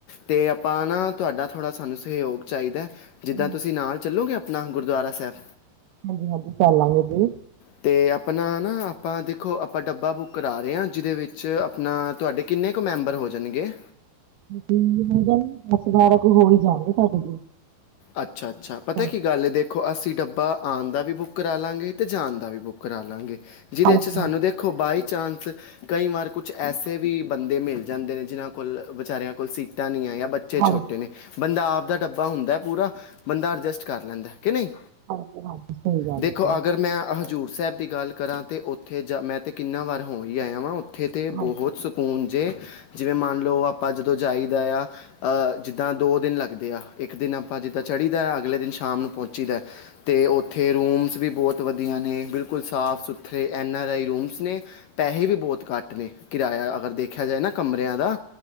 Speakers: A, on the left; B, on the right.
A: ਤੇ ਆਪਾਂ ਨਾ ਤੁਹਾਡਾ ਥੋੜ੍ਹਾ ਸਾਨੂੰ ਸਹਿਯੋਗ ਚਾਹੀਦਾ।
B: ਹਾਂਜੀ
A: ਜਿੱਦਾਂ ਤੁਸੀਂ ਨਾਲ ਚੱਲੋਗੇ, ਆਪਣਾ ਗੁਰਦੁਆਰਾ ਸਾਹਿਬ?
B: ਹਾਂਜੀ-ਹਾਂਜੀ, ਚਲ ਲਾਂਗੇ ਜੀ।
A: ਅਤੇ ਆਪਣਾ ਨਾ ਆਪਾਂ ਦੇਖੋ, ਆਪਾਂ ਡੱਬਾ ਬੁੱਕ ਕਰਾ ਰਹੇ ਹਾਂ। ਜਿਹਦੇ ਵਿੱਚ ਆਪਣਾ ਤੁਹਾਡੇ ਕਿੰਨੇ ਕੁ ਕਿੰਨੇ ਕ ਮੈਂਬਰ ਹੋ ਜਾਣਗੇ?
B: ਦੀ ਨਹੀਂ ਗੱਲ, ਦਸ ਬਾਰਾਂ ਕ ਹੋ ਹੀ ਜਾਣਗੇ ਸਾਡੇ ਜੀ।
A: ਅੱਛਾ, ਅੱਛਾ
B: ਹਾਂਜੀ
A: ਪਤਾ ਕੀ ਗੱਲ ਹੈ ਦੇਖੋ। ਅਸੀਂ ਡੱਬਾ ਆਉਣ ਦਾ ਵੀ ਬੁੱਕ ਕਰਾ ਲਵਾਂਗੇ ਅਤੇ ਜਾਣ ਦਾ ਵੀ ਬੁੱਕ ਕਰਾ ਲਾਂਗੇ। ਜਿਹਦੇ
B: ਹਾਂਜੀ
A: 'ਚ ਸਾਨੂੰ
B: ਹਾਂਜੀ
A: ਦੇਖੋ ਬਾਈ ਚਾਂਸ ਕਈ ਵਾਰ ਕੁਛ ਐਸੇ ਵੀ ਬੰਦੇ ਮਿਲ ਜਾਂਦੇ ਨੇ, ਜਿਹਨਾਂ ਕੋਲ ਵਿਚਾਰਿਆਂ ਕੋਲ ਸੀਟਾਂ ਨਹੀਂ ਹੈ। ਬਟ ਬੱਚੇ
B: ਹਾਂਜੀ
A: ਛੋਟੇ ਨੇ, ਬੰਦਾ ਆਪ ਦਾ ਡੱਬਾ ਹੁੰਦਾ ਪੂਰਾ ਬੰਦਾ ਅਡਜਸਟ ਕਰ ਲੈਂਦਾ। ਕਿ ਨਹੀਂ
B: ਹਾਂਜੀ ਹਾਂਜੀ ਸਹੀ ਗੱਲ
A: ਦੇਖੋ
B: ਹੈ ਜੀ।
A: ਅਗਰ ਮੈਂ ਹਜ਼ੂਰ ਸਾਹਿਬ ਦੀ ਗੱਲ ਕਰਾਂ ਤੇ, ਉੱਥੇ ਜਾ ਮੈਂ ਤੇ ਕਿੰਨਾ ਵਾਰ ਹੋ ਹੀ ਆਇਆ ਵਾਂ। ਉੱਥੇ ਤੇ
B: ਹਾਂਜੀ
A: ਬਹੁਤ ਹੁਣ ਜੇ। ਜਿਵੇਂ ਮੰਨ ਲਓ, ਆਪਾਂ ਜਦੋਂ ਜਾਈਦਾ ਆ ਅਹ ਜਿੱਦਾਂ ਦੋ ਦਿਨ ਲੱਗਦੇ ਆ। ਇੱਕ ਦਿਨ ਆਪਾਂ ਜਿੱਦਾਂ ਚੜ੍ਹੀ ਦਾ ਅਗਲੇ ਦਿਨ ਸ਼ਾਮ ਨੂੰ ਪਹੁੰਚੀਦਾ ਅਤੇ ਉੱਥੇ ਰੂਮਸ ਵੀ ਬਹੁਤ ਬਹੁਤ ਵਧੀਆ ਨੇ, ਬਿਲਕੁਲ ਸਾਫ਼ ਸੁਥਰੇ ਐਨ ਆਰ ਆਈ ਰੂਮਸ ਨੇ ਪੈਸੇ ਵੀ ਬਹੁਤ ਘੱਟ ਨੇ, ਕਿਰਾਇਆ ਅਗਰ ਦੇਖਿਆ ਜਾਏ ਨਾ ਕਮਰਿਆਂ ਦਾ